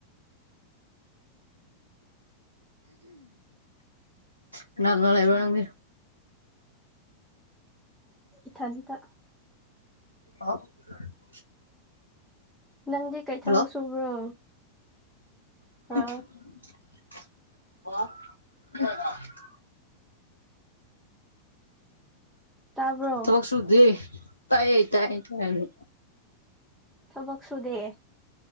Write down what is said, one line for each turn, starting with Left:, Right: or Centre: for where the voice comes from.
Left: ꯀꯅꯥ ꯀꯅꯥ ꯂꯩꯕ꯭ꯔꯥ ꯅꯪꯗꯤ
Centre: ꯏꯊꯟꯇ
Left: <unintelligible>
Centre: ꯅꯪꯗꯤ ꯀꯩ ꯊꯕꯛ
Left: ꯍꯜꯂꯣ
Centre: ꯁꯨꯕ꯭ꯔꯣ
Left: <unintelligible>
Centre: ꯍꯜꯂꯣ ꯇꯥꯕ꯭ꯔꯣ
Left: ꯊꯕꯛ ꯁꯨꯗꯦ ꯇꯥꯏꯌꯦ ꯇꯥꯏ ꯇꯥꯏꯅ‌ꯦ
Centre: ꯊꯕꯛꯁꯨꯨꯗꯦ